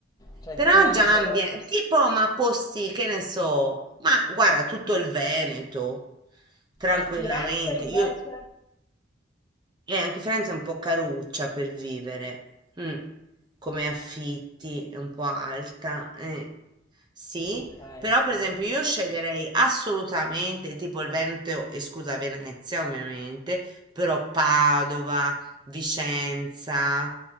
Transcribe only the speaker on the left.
Cioè,
ti rimane
solo...
cioè,
E Firenze invece?
Okay,
okay,
okay.